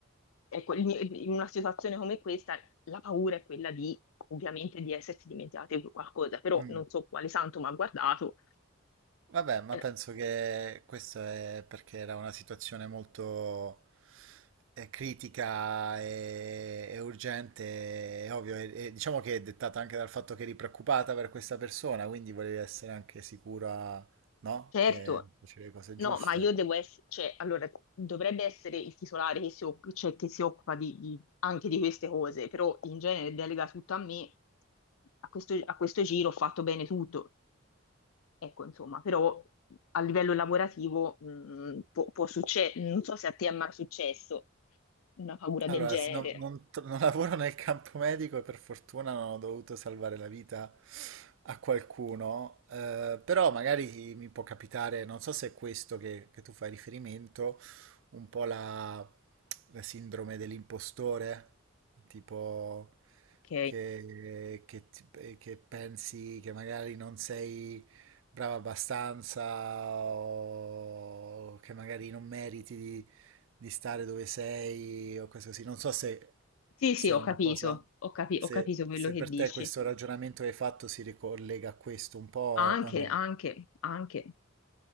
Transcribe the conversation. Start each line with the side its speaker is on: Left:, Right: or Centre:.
Left: ecco, il mio- in una situazione come questa la paura è quella di, ovviamente, di essersi dimenticati qualcosa, però
Right: Mm.
Left: non so quale santo mi ha guardato.
Right: Vabbè, ma
Left: Eh,
Right: penso che questo è perché era una situazione molto eh, critica e, e urgente, è ovvio, e, e diciamo che è dettata anche dal fatto che eri preoccupata per questa persona, quindi volevi essere anche sicura, no?
Left: Certo,
Right: Che facevi le cose
Left: no,
Right: giuste.
Left: ma io devo essere, cioè, allora, dovrebbe essere il titolare che si, oc- cioè, che si occupa di- di- anche di queste cose, però in genere delega tutto a me. A questo, a questo giro ho fatto bene tutto. Ecco, insomma, però a livello lavorativo mh, può, può succedere, non so se a te è mai successo una paura
Right: Allora,
Left: del genere,
Right: s- non, non tr- non lavoro nel campo medico e per fortuna non ho dovuto salvare la vita a qualcuno, eh, però magari mi può capitare, non so se è questo che, che tu fai riferimento, un po' la, la sindrome dell'impostore, tipo
Left: ok?
Right: che, che ti- che pensi che magari non sei brava abbastanza o che magari non meriti di, di stare dove sei o cose così. Non so se,
Left: Sì,
Right: se
Left: sì, ho
Right: è una
Left: capito,
Right: cosa,
Left: ho capi-
Right: se,
Left: ho capito quello
Right: se
Left: che
Right: per
Left: dici.
Right: te questo ragionamento che hai fatto si ricollega a questo un po'
Left: Anche,
Right: o no.
Left: anche, anche,